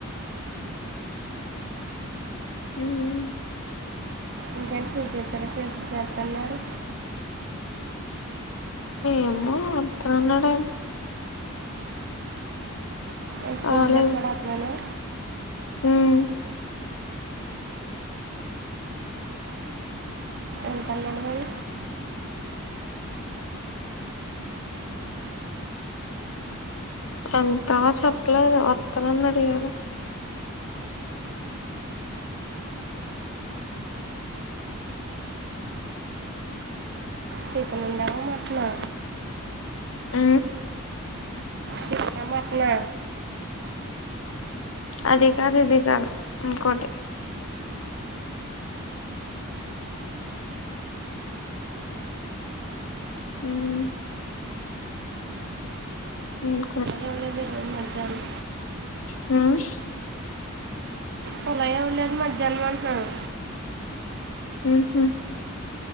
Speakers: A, on the left (about 65°); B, on the right (about 50°).
A: హమ్మ్
B: ఇంకేంటి పులుసేటి ఎపుడు చెత్త అన్నారు
A: ఏమో వత్తానాడ్
B: ఎంత ఫోన్
A: రాలేదు
B: తెచ్చాడు అతను
A: హ్మ్మ్
B: ఎంతనడుమరి
A: ఎంత చెప్పలేదు వస్తన్నాడు ఏమో
B: చికెన్ ఉందా మటన్ నా
A: ఆ
B: చికెన్ నా మటన్ నా
A: అది కాదూ ఇది కాదు ఉంకోట హ్మ్మ్ ఉమ్
B: ఏంలేదు ఈరోజు మధ్యాహ్నం
A: హ్మ్
B: కుళాయి ఇవ్వలేదు మధ్యాహ్నం అంటునాను
A: ఉహామ్